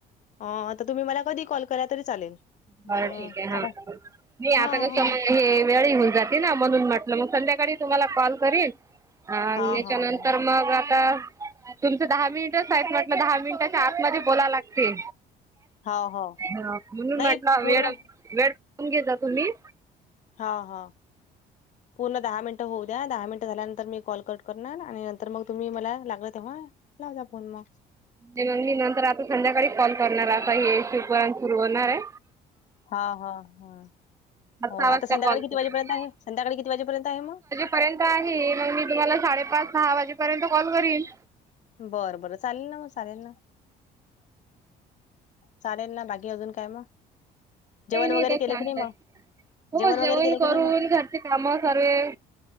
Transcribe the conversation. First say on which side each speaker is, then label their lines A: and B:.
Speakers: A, on the left; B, on the right.
A: अ आता तुम्ही मला कधी ही कॉल करा तरी चालेल. अ,
B: बर ठीक, आहे हा-
A: आता
B: नाही
A: हां,
B: आता कसं
A: हां.
B: हे वेळ होऊन, जाते ना म्हणून म्हटलं मग संध्याकाळी तुम्हाला कॉल करीन. हा
A: हां,
B: त्याच्यानंतर,
A: हां, हां.
B: मग आता तुमचं दहा मिनिटच आहेत म्हटलं दहा मिनिटाच्या आतमध्ये बोलावे लागते.
A: हो, हो.
B: म्हणून
A: नाही
B: म्हटला
A: पूर्ण
B: वेळ, वेळून <unintelligible> घेता तुम्ही?
A: हा हा. पूर्ण दहा मिनटं होऊ द्या. दहा मिनटं झाल्यानंतर, मी कॉल कट करणार. आणि नंतर मग, मला लागल तेव्हा लावता फोन मग.
B: मी नंतर आता संध्याकाळी कॉल करणार, आता हे शिवपुरान सुरू होणार आहे.
A: हा, हा, ह.
B: सहा
A: हो,
B: वाजता
A: आता संध्याकाळी
B: कॉल
A: किती
B: करेन
A: वाजेपर्यंत आहे? संध्याकाळी किती वाजेपर्यंत आहे मग?
B: पर्यंत आहे, मग मी तुम्हाला साडेपाच, सहा वाजेपर्यंत कॉल करीन.
A: बरं बरं, चालेल ना. मग चालेल ना. चालेल ना. बाकी अजून काय मग? जेवण
B: काही नाही
A: वगैरे
B: त्यात
A: केलं
B: चांगलं
A: की नाही मग?
B: हो जेवण
A: वगैरे केलं
B: करून,
A: की नाही मग?
B: घरचे काम सर्वे,